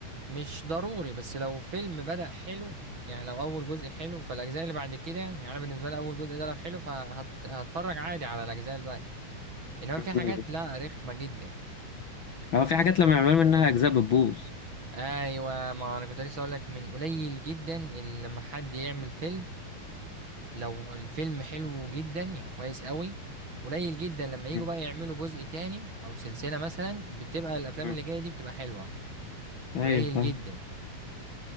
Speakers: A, on the right (about 35°); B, on the left (about 55°).
A: مش ضروري بس لو فيلم بدأ حلو يعني لو اول جزء حلو فالاجزاء اللي بعد كده يعني أنا بالنسبه لي اول جزء ده لو حلو فهتفرج عادي على الاجزاء الباقيه انما
B: امم
A: في حاجات لا رخمه جدا
B: هو في حاجات لما يعملوا منها أجزاء بتبوظ
A: ايوه ما انا كنت لسه اقول لك من قليل جدا اللي لما حد يعمل فيلم لو الفيلم حلو جدا يعني كويس قوي قليل جدا لما يجوا
B: أمم،
A: بقى يعملوا جزء تاني او سلسلة مثلا بتبقى الافلام
B: أمم.
A: اللي جاية دي بتبقى حلوة
B: أيوة
A: قليل
B: فاهم
A: جدا